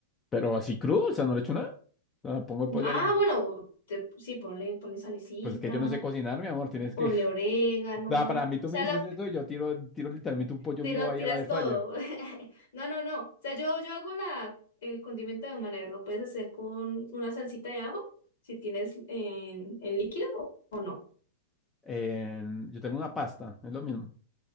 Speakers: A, on the left (about 15°); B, on the left (about 75°).
A: Pero así crudo, o sea, no le echo nada. O sea, pongo el pollo
B: Ah,
A: ahí.
B: bueno, te- sí, ponle, ponle salecita,
A: Pues es que yo no sé cocinar, mi amor, tienes
B: ponle
A: que... <laughs>
B: orégano,
A: Da, para
B: o
A: mí tú
B: sea,
A: me dices
B: la
A: eso y yo tiro, tiro literalmente un pollo
B: tira-
A: vivo ahí
B: tiras
A: a la air
B: todo.
A: fryer.
B: <laughs> No, no, no. O sea, yo, yo hago la, el condimento de dos maneras. Lo puedes hacer con una salsita de ajo, si tienes en, en líquido o, o no.
A: Eh, yo tengo una pasta, es lo mismo.